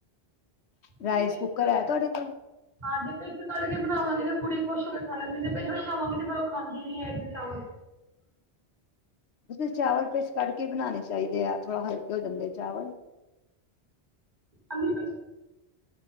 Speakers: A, on the left; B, on the right.
A: ਰਾਈਸ
B: ਜੇ ਪਿੱਛ
A: ਕੁੱਕਰ ਹੈ ਤੁਹਾਡੇ ਕੋਲ
B: ਹਾਂ ਜੇ ਪਿੱਛ ਕਢਕੇ ਬਣਾਵਾਂਗੀ ਤੇ ਕੁੜੀ ਖੁਸ਼ ਹੋ ਕੇ ਖਾ ਲੈਂਦੇ ਜੇ ਪਿਛ ਵਾਲੇ ਬਣਾਵਾਂਗੀ ਤੇ ਫਿਰ ਉਹ ਖਾਂਦੀ ਨੀ ਹੈ ਇ ਚਾਵਲ
A: ਤੁਸੀਂ ਚਾਵਲ ਪਿਛ ਕੱਢ ਕੇ ਬਣਾਉਣੇ ਚਾਹੀਦੇ ਆ ਥੋੜਾ ਹਲਕੇ ਹੋ ਜਾਂਦੇ ਆ ਚਾਵਲ
B: <unintelligible> ਬਿਨਾਂ